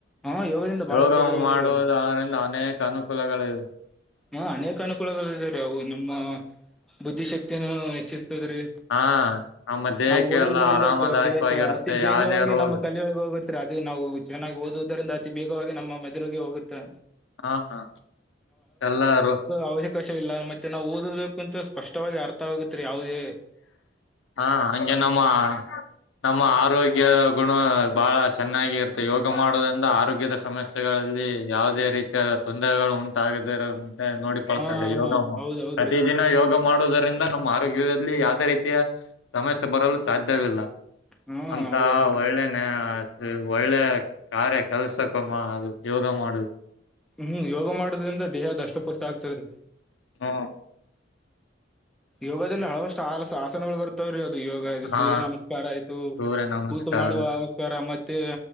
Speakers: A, in the centre; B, on the left (about 85°).
A: ಹಾ ಯೋಗದಿಂದ ಬಹಳ
B: ಯೋಗ
A: ಉಪಯೋಗ ಇದೆ
B: ಮಾಡುವುದರಿಂದ
A: ರೀ
B: ಅನೇಕ ಅನುಕೂಲಗಳಿವೆ.
A: ಹ ಅನೇಕ ಅನುಕೂಲಗಳ ಇವೆರೀ ಅವು ನಮ್ಮ ಬುದ್ಧಿ ಶಕ್ತಿನ ಹೆಚ್ಚಿಸ್ತದ್ರೀ
B: ಹಾ ನಮ್ಮ ದೇಹಕ್ಕೆ
A: ನಾವು ಓದುವುದರಿಂದ
B: ಎಲ್ಲಾ ಆರಾಮದಾಯಕವಾಗಿರುತ್ತೆ
A: ಐತೆ ಬೇ ಅತಿ ಬೇಗವಾಗಿ
B: ಯಾವದೇ ರೋಗ
A: ನಮ್ಮ ತಲಿಯೊಳಗೆ ಹೋಗುತ್ತೆ. ಅದು ನಾವು ಚೆನ್ನಾಗ ಓದುವುದರಿಂದ ಅತಿ ಬೇಗವಾಗಿ ನಮ್ಮ ಮೆದುಳಿಗೆ ಹೋಗುತ್ತೆ.
B: ಹಾ ಹಾ ಎಲ್ಲಾರು
A: ಅವಶಕಾಶವ ಇಲ್ಲ ಮತ್ತೆ ನಾವು ಓದದಕ್ಕ ಕುಂತ್ರೆ ಸ್ಪಷ್ಟವಾಗಿ ಅರ್ಥವಗುತ್ತರಿ ಯಾವದೇ
B: ಹಾ ಹಂಗೆ ನಮ್ಮ ನಮ್ಮ ಆರೋಗ್ಯ ಗುಣ ಬಹಳ ಚೆನ್ನಾಗಿ ಇರುತ್ತೆ ಯೋಗ ಮಾಡೋದ್ರಿಂದ ಆರೋಗ್ಯದ ಸಮಸ್ಯೆ ಗಳಲ್ಲಿ ಯಾವುದೇ ರೀತಿಯ ತೊಂದರೆಗಳು ಉಂಟಾಗದಿರಂತೆ ನೋಡಿ ಕೊಳ್ಳುತ್ತದೆ
A: ಹಾ ಹಾ
B: ಯೋಗ
A: ಹಾ
B: ಮ
A: ಹೌದ್ ಹೌದ್ರಿ
B: ಪ್ರತಿದಿನ ಯೋಗ ಮಾ ಮಾಡುವುದರಿಂದ ನಮ್ಮ ಆರೋಗ್ಯದಲ್ಲಿ ಯಾವದೇ ರೀತಿಯ ಸಮಸ್ಯೆ ಬರಲು ಸಾಧ್ಯವಿಲ್ಲ.
A: ಹಾ
B: ಅಂತ
A: ಹೌದ್ ಹೌದ್ರಿ
B: ಒಳ್ಳೆನೆ ಒಳ್ಳೆ ಕಾರ್ಯ ಕೆಲ್ಸಕ್ಕೋಮ್ಮ ಅದು ಯೋಗ ಮಾಡುದು
A: ಹ್ಮ್ ಯೋಗ ಮಾಡುದದ್ರಿಂದ ದೇಹ ದಷ್ಟ ಪುಷ್ಟ ಆಗ್ತದ ರೀ
B: ಹಾ
A: ಯೋಗದಲ್ಲಿ ಹಳವಷ್ಟು ಆಲಸ ಆಸನಗಳು ಬರ್ತಾವ್ರೀ ಅದು ಯೋಗ ಇದು
B: ಹಾ
A: ಸೂರ್ಯ ನಮಸ್ಕಾರ ಆಯ್ತು.
B: ಸೂರ್ಯ ನಮಸ್ಕಾರ
A: ಕೂತು ಮಾಡುವ ಅವಕಾರ ಮತ್ತೆ